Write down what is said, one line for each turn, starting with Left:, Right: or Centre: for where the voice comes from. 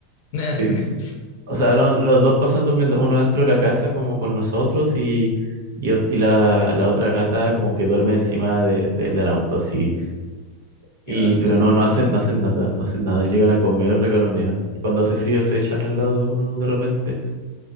Left: <laughs>
Right: sí. O sea, lo- los dos pasan durmiendo, uno dentro de la casa como con nosotros y, y, ot- y la, la otra gata como que duerme encima de, de- del auto, así.
Left: Qué
Right: Y,
Left: bacán.
Right: pero no, no hacen, no hacen nada, no hacen nada, llegan a comer, regalonean. Cuando hace frío se echan al lado de uno de repente,